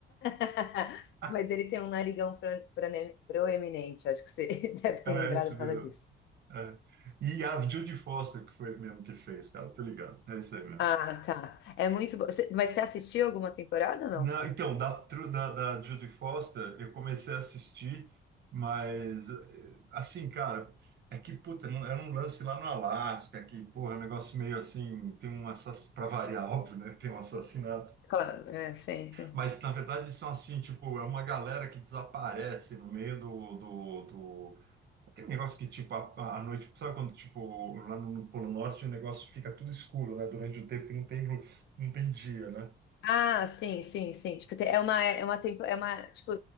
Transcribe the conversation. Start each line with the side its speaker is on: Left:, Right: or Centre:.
Left: <laughs>
Right: <laughs>
Left: Mas ele tem um narigão pro- prone- proeminente, acho que você <laughs> deve ter
Right: É,
Left: lembrado
Right: esse
Left: por
Right: mesmo.
Left: causa disso.
Right: É. E a Judy Foster, que foi mesmo que fez, cara, tô ligado. É isso aí mesmo.
Left: Ah, tá. É muito bom. Você- Mas você assistiu alguma temporada ou não?
Right: Não, então, da, tru- da, da Judy Foster, eu comecei a assistir, mas, eh, assim, cara, é que, puta, não- era um lance lá no Alasca, que, porra, é um negócio meio assim, tem um assassinato, pra variar, <laughs> óbvio, né, tem um assassinato.
Left: Claro, é, sempre.
Right: Mas, na verdade, são assim, tipo, é uma galera que desaparece no meio do, do, do Aquele negócio que, tipo, à à noite, sabe quando, tipo, lá no, no Polo Norte o negócio fica tudo escuro, né? Durante um tempo que não tem, lu- não tem dia, né?
Left: Ah, sim, sim, sim. Tipo, tem- é uma, é uma, tempo, é uma, tipo,